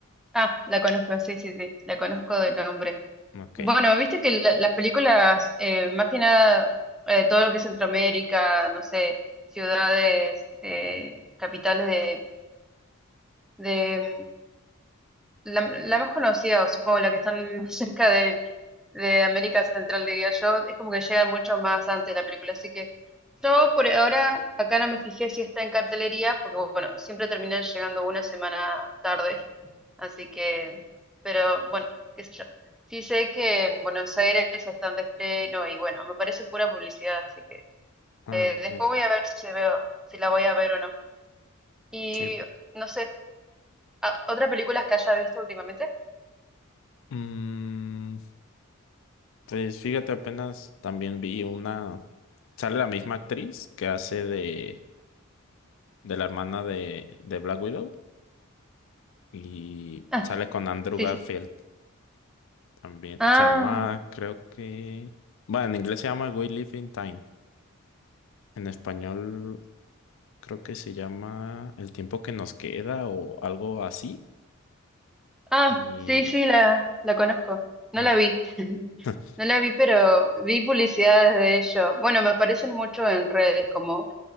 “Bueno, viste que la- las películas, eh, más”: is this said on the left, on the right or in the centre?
Centre